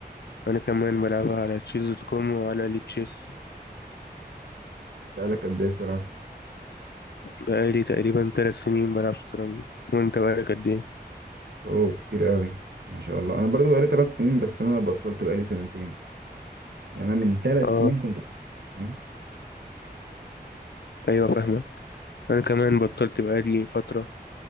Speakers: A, on the left; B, on the right.
A: انا كمان بلعبها على تشيز دوت كوم وعلى لي تشيس
B: بقالك قد ايه بتلعب
A: بقالي تقريبا ثلاث سنين بلعب شطرنج وانت بقالك قد ايه؟
B: اوه كتير قوي ما شاء الله انا برضو بقالي ثلاث سنين بس انا بطلت بقالي سنتين يعني انا من ثلاث
A: اه
B: سنين كنت بتمرن.
A: ايوه فاهمة انا كمان بطلت بقالي فترة